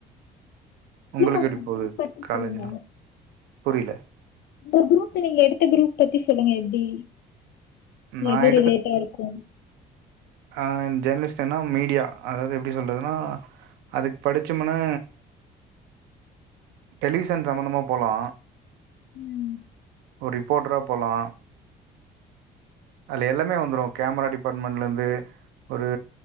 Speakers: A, on the left; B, on the right.
A: சொல்லுங்க
B: உங்களுக்கு
A: உங்க
B: எப்டி போது
A: குரூப் பத்தி
B: காலேஜ்லா
A: சொல்லுங்க
B: புரியல
A: இந்த குரூப் நீங்க எடுத்த குரூப் பத்தி சொல்லுங்க எப்பிடி
B: நான்
A: எது ரிலேட்டாருக்கு
B: ஆ ஜேர்னலிஸ்ட்ன்னா மீடியா அதாவது எப்பிடி சொல்றதுன்னா அதுக்கு படிச்சோமுனா டெலிவிஷன் சம்பந்தமா போலா
A: ம்
B: ஒரு ரிப்போர்ட்டரா போலா அது எல்லாமே வந்துரு கேமரா டிபார்ட்மெண்ட்லருந்து ஒரு